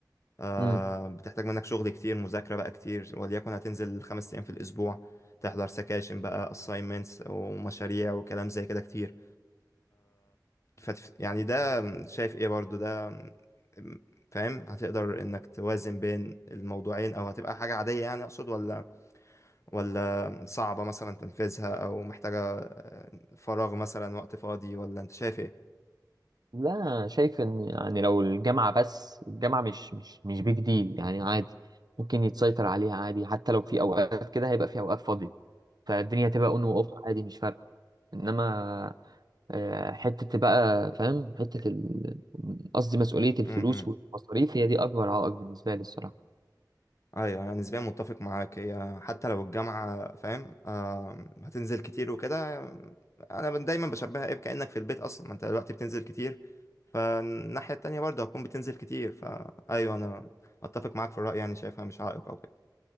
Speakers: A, on the left (about 40°); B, on the right (about 65°).
A: آه
B: امم
A: بتحتاج منك شغل كتير مذاكرة بقى كتير وليكن هتنزل خمس ايام في الاسبوع تحضر سكاشن بقى assignments ومشاريع وكلام زي كده كتير فتف... يعني ده شايف ايه برضو ده م- فاهم هتقدر انك توازن بين الموضوعين او هتبقى حاجة عادية يعني اقصد ولا ولا صعبة مثلا تنفيذها او محتاجة آه، فراغ مثلا وقت فاضي ولا انت شايف ايه
B: لا أنا شايف ان يعني لو الجامعة بس الجامعة مش مش مش بيج ديل يعني عادي ممكن يتسيطر عليها عادي حتى لو في اوقات كده هيبقى في اوقات فاضية فالدنيا تبقى اون واوف عادي مش فارقة انما آه، حتة بقى فاهم حتة ال- قصدي مسؤولية الفلوس
A: امم
B: والمصاريف هي دي أكبر عائق بالنسبة لي الصراحة
A: ايوه يعني نسبيا متفق معاك هي حتى لو الجامعه فاهم آه هتنزل كتير وكده انا ب- دايما بشبهها ايه كانك في البيت اصلا ما انت دلوقتي بتنزل كتير فالناحيه التانيه برضه هتكون بتنزل كتير فايوه انا اتفق معاك في الراي يعني شايفها مش عائق او كده